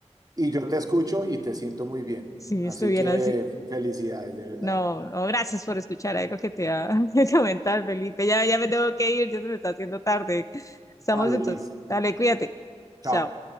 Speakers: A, on the right; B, on the left.
A: Y yo te escucho y te siento muy bien.
B: Si
A: Así
B: estuviera
A: que
B: así.
A: felicidades, de verdad.
B: No, no, gracias por escuchar algo que te va a <laughs> comentar, Felipe. Ya, ya me tengo que ir, ya se me está haciendo tarde. Estamos
A: Vale,
B: entonces.
A: Liz.
B: Dale, cuídate.
A: Chao.
B: Chao.